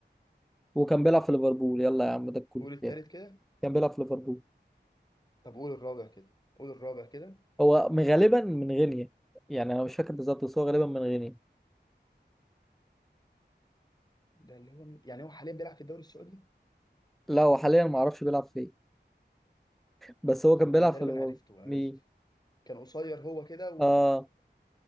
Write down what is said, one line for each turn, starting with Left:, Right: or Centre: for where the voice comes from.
Centre: وكان بيلعب في ليفربول يلا يا عم ده الكلو
Left: قول التالت
Centre: بتاعي
Left: كده
Centre: كان بيلعب في ليفربول
Left: طب قول الرابع كده قول الرابع كده
Centre: هو من- غالبا من غينيا يعني انا مش فاكر بالظبط بس هو غالبا من غينيا
Left: ده اللي هو مين يعني هو حاليا بيلعب في الدوري السعودي
Centre: لا هو حاليا ما اعرفش بيلعب فين بس هو كان بيلعب
Left: انا تقريبا
Centre: في ليفربول
Left: عرفته عرفت
Centre: مين
Left: كان قصير هو كده
Centre: اه